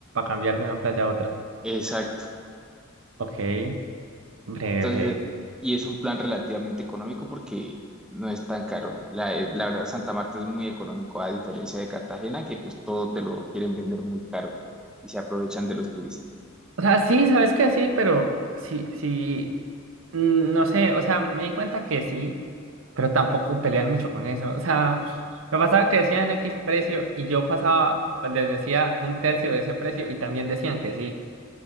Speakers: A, on the right (about 75°); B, in the centre.
A: cambiar de una playa a otra.
B: Exacto.
A: Ok, breve,
B: Entonces,
A: breve.
B: y es un plan relativamente económico porque no es tan caro. La, eh, la verdad, Santa Marta es muy económico, a diferencia de Cartagena, que pues todo te lo quieren vender muy caro y se aprovechan de los turistas.
A: O sea, sí, sabes que sí, pero sí, sí, mm, no sé, o sea, me di cuenta que sí, pero tampoco pelean mucho con eso. O sea, me pasaba que decían X precio y yo pasaba, les decía un tercio de ese precio y también decían que sí.